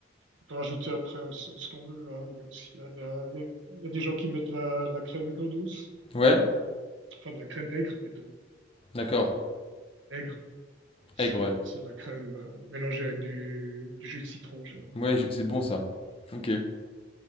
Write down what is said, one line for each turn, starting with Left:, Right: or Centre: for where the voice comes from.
Right: on peut rajouter après hein, ce, ce qu'on veut. hein. Il y a aussi la, la- les- il y a des gens qui mettent la, la crème aigre-douce,
Left: Ouais.
Right: enfin de la crème aigre plutôt,
Left: D'accord.
Right: aigre. Donc c'est
Left: Aigre, ouais.
Right: c'est de la crème euh, mélangée avec du, du jus de citron en général.
Left: Ouais, je- c'est bon ça. Ok.